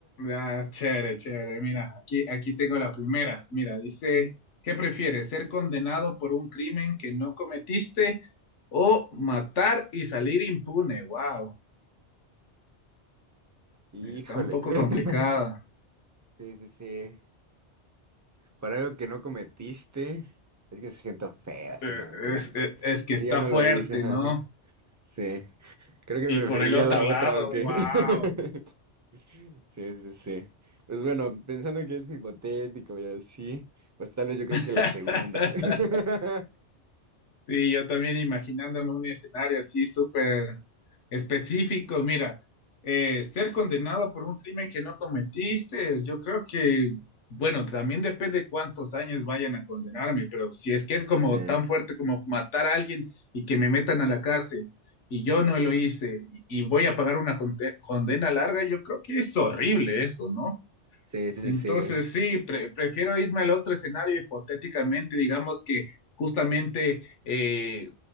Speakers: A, on the left; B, on the right.
A: Ah, chévere, chévere. Mira, aquí, aquí tengo la primera. Mira, dice, ¿qué prefieres? ¿Ser condenado por un crimen que no cometiste o matar y salir impune? Wow,
B: Híjole.
A: está un poco
B: <laughs>
A: complicada.
B: Sí, sí, sí. Para algo que no cometiste, es que se siento feo, así
A: Eh,
B: como que
A: Es, es- es que está
B: yo no
A: fuerte,
B: lo hice. ajá.
A: ¿no?
B: Sí. Creo que
A: Y
B: preferiría
A: por el otro
B: la
A: lado,
B: otra, aunque.
A: wow.
B: <laughs> Sí, sí, sí. Pues bueno, pensando que es hipotético y así, pues tal vez yo creo
A: <laughs>
B: que la segunda. <laughs>
A: Sí, yo también imaginándome un escenario así súper específico. Mira, eh, ser condenado por un crimen que no cometiste, yo creo que, bueno, también depende cuántos años vayan a condenarme, pero si es que es como
B: Sí,
A: tan fuerte como matar a alguien y que me metan a la cárcel y yo no lo hice y y voy a pagar una conte- condena larga, yo creo que es horrible eso, ¿no?
B: sí, sí,
A: Entonces,
B: sí.
A: sí, pre- prefiero irme al otro escenario hipotéticamente, digamos que justamente eh,